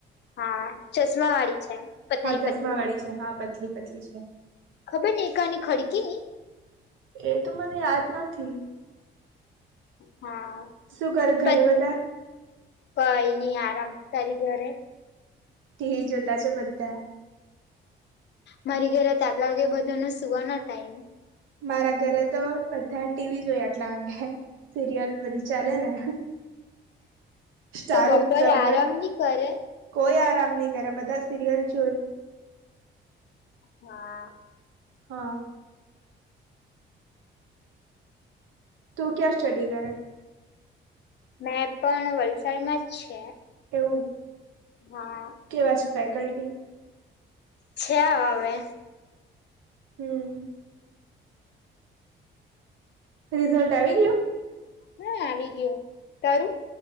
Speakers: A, on the left (about 60°); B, on the right (about 80°).
A: હા ચશમા વાળી છે. પતલી
B: હા ચશ્મા
A: પતલી
B: વાળી છે હા પતલી પતલી છે.
A: ખબર ને એકની ખડકી ની?
B: એ તો મને યાદ નથી.
A: હા.
B: શું કર ઘરે
A: પ
B: બધા?
A: કઈ ની આરામ તારી ઘરે?
B: ટીવી જોતા છે, બધા
A: મારી ઘરે તો આટલા વાગે બધાનો સુવાનો ટાઈમ
B: મારા ઘરે તો બધા ટીવી જોઈ આટલા વાગે સિરિયલ બધી ચાલે ને સ્ટાર
A: તો બપોરે
B: ઉત્સવ
A: આરામની
B: પર
A: કરે
B: કોઈ આરામની કરે બધા સિરિયલ જોઈ
A: હા.
B: હ. તું ક્યા સ્ટડી કરે?
A: મેં પણ વલસાડમાં જ છે.
B: એવું
A: હા.
B: કેવા છે, ફેકલ્ટી
A: છે, હવે
B: હમ. રિઝલ્ટ આવી ગયુ?
A: ના આવી ગયો તારું